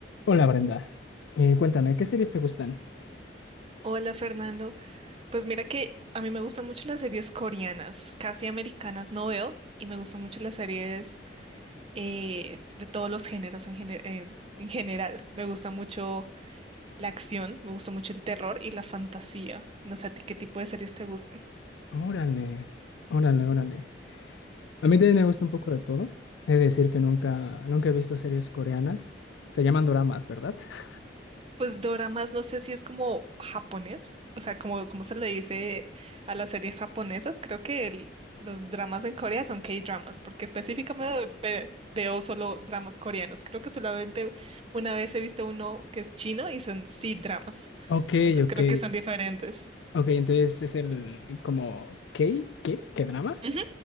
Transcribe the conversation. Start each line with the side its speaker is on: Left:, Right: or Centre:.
Left: Hola Brenda, Eh, cuéntame, ¿qué series te gustan?
Right: Hola Fernando, pues mira que a mí me gustan mucho las series coreanas, casi americanas no veo y me gustan mucho las series eh, de todos los géneros en, gene- en- en general. Me gusta mucho la acción, me gusta mucho el terror y la fantasía. No sé a ti qué tipo de series te gustan.
Left: Órale, órale, órale. A mí también me gusta un poco de todo. He de decir que nunca, nunca he visto series coreanas. Se llaman doramas, ¿verdad? <laughs>
Right: Pues doramas, no sé si es como japonés, o sea, como, como se le dice a las series japonesas, creo que el- los dramas en Corea son K-dramas, porque específicamente ve- veo solo dramas coreanos. Creo que solamente una vez he visto uno que es chino y son C-dramas,
Left: Ok,
Right: entonces
Left: ok.
Right: creo que son diferentes.
Left: Ok, entonces es el como ¿qué? ¿Qué? ¿Qué drama?
Right: Ujú.